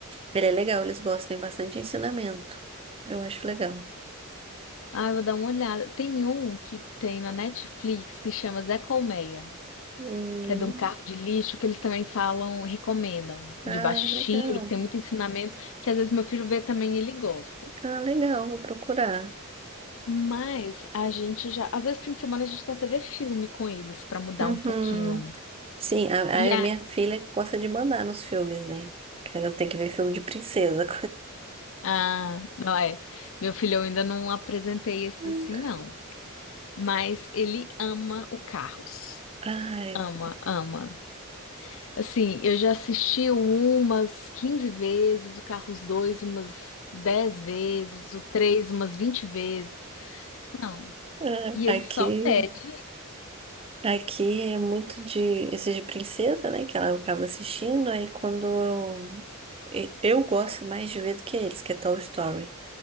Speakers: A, on the right (about 25°); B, on the left (about 65°).
A: ele é legal, eles gostam, tem bastante ensinamento. Eu acho legal.
B: Ah, eu vou dar uma olhada. Tem um que tem na Netflix que chama Zé Colmeia,
A: Hum,
B: que é de um carro de lixo que eles também falam, recomendam, de
A: ah,
B: baixo estímulo,
A: legal.
B: que tem muito ensinamento, que às vezes meu filho vê também e ele gosta.
A: Ah, legal, vou procurar.
B: Mas a gente já, às vezes fim de semana a gente tenta ver filme com eles pra mudar
A: Uhum.
B: um pouquinho.
A: Sim, a,
B: E a,
A: a minha filha gosta de mandar nos filmes, né? Que Ela tem que ver filme de princesa.
B: ah, não é, meu filho eu ainda não apresentei esse
A: <laughs>
B: assim não. Mas ele ama o Carros.
A: Ai,
B: Ama, ama. Assim, eu já assisti umas 15 vezes, o Carros 2, umas 10 vezes, o 3, umas 20 vezes. Não.
A: ah,
B: E
A: aqui,
B: ele só pede.
A: aqui é muito de esses de princesa, né? Que ela acaba assistindo. Aí quando eu, e- eu gosto mais de ver do que eles, que é Toy Story.